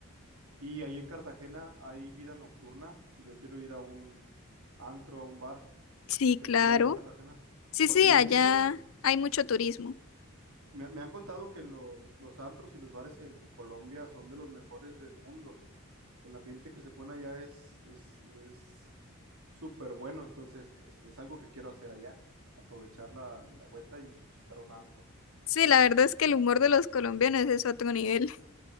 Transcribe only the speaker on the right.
y ahí en Cartagena hay vida nocturna. Si yo quiero ir a un antro, a un bar.
¿Se
puede ahí en Cartagena?
Porque
me
han dicho,
me, me han contado que los, los antros y los bares en Colombia son de los mejores del mundo, que el ambiente que se pone allá es, es, es súper bueno, entonces este, es algo que quiero hacer allá, aprovechar la, la vuelta y visitar un antro.